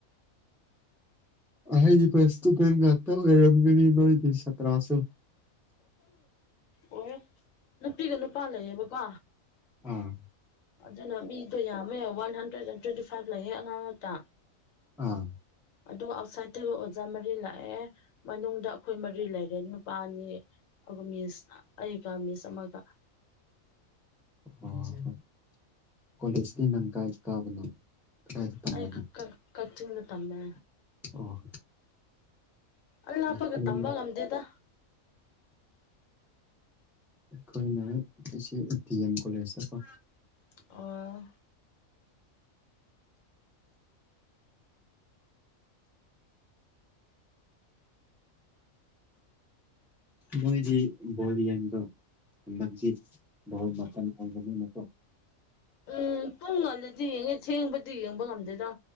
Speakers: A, in the centre; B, on the left (about 75°).
A: ꯑꯍꯩꯒꯤ ꯕꯦꯁ ꯏꯁꯇꯨꯗꯦꯟ ꯉꯥꯛꯇ ꯑꯣꯏꯔꯝꯒꯅꯤ ꯅꯣꯏꯒꯤ ꯁꯥꯇ꯭ꯔꯁꯨ
B: ꯑꯣ ꯅꯨꯄꯤꯒ ꯅꯨꯄꯥ ꯂꯩꯌꯦꯕꯀꯣ
A: ꯎꯝ
B: ꯑꯗꯨꯅ ꯃꯤꯗꯣ ꯌꯥꯝꯃꯦ one hundred and twenty five ꯂꯩꯌꯦ ꯑꯉꯥꯡ ꯉꯇ
A: ꯑꯥ
B: ꯑꯗꯨꯒ ꯑꯥꯎꯠꯁꯥꯏꯗꯠꯇꯒ ꯑꯣꯖꯥ ꯃꯔꯤ ꯂꯥꯛꯑꯦ ꯃꯅꯨꯡꯗ ꯑꯩꯈꯣꯏ ꯃꯔꯤ ꯂꯩꯔꯦ ꯅꯨꯄꯥꯅꯤ ꯑꯗꯨꯒ ꯃꯤꯁ ꯑꯩꯒ ꯃꯤꯁ ꯑꯃꯒ
A: ꯑꯣ ꯍꯣꯏ ꯀꯣꯂꯦꯖꯀꯤ ꯅꯪ ꯀꯥꯏ ꯀꯥꯕꯅꯣ ꯀꯗꯥꯏꯗ ꯇꯝꯕꯅꯣ
B: ꯑꯩ ꯀ ꯀꯆꯤꯡꯗ ꯇꯝꯃꯦ
A: ꯑꯣ
B: ꯑꯜ ꯂꯄꯒ
A: ꯑꯩꯈꯣꯏ
B: ꯇꯝꯕꯒ ꯉꯝꯗꯦꯗ
A: ꯈꯣꯏꯅꯦ <unintelligible> ꯗꯦ ꯑꯦꯝ ꯀꯣꯂꯦꯖꯇꯀꯣ
B: ꯑꯣ
A: ꯃꯣꯏꯗꯤ ꯕꯣꯔꯤꯌꯟꯗꯣ <unintelligible> ꯃꯇꯝ ꯐꯪꯗꯕꯅꯤꯅꯀꯣ
B: ꯎꯝ ꯄꯨꯡꯉꯜꯗꯗꯤ ꯌꯦꯡꯉꯦ ꯊꯦꯡꯕ ꯑꯗꯨꯗꯤ ꯌꯦꯡꯕ ꯉꯝꯗꯦꯗꯣ